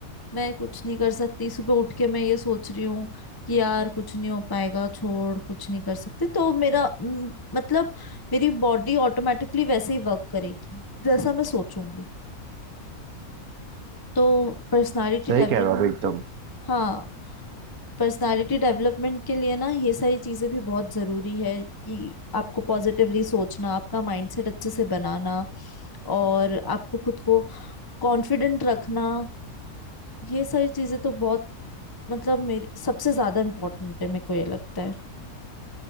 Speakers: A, on the left; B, on the right.
A: मैं कुछ नहीं कर सकती सुबह उठ के मैं ये सोच रही हूँ कि यार कुछ नहीं हो पाएगा छोड़ कुछ नहीं कर सकती तो मेरा म, मतलब मेरी बॉडी ऑटोमेटिकली वैसे ही वर्क करेगी जैसा मैं सोचूंगी तो पर्सनालिटी
B: सही
A: डेवलपमेंट
B: कह रहे हो आप एकदम
A: तो हाँ पर्सनालिटी डेवलपमेंट के लिए ना ये सारी चीजें भी बहुत जरूरी है कि आपको पॉजिटिवली सोचना आपका माइंडसेट अच्छे से बनाना और आपको खुद को कॉन्फिडेंट रखना ये सारी चीजें तो बहुत मतलब मेरे सबसे ज्यादा इम्पोर्टेंट है मेरे को ये लगता है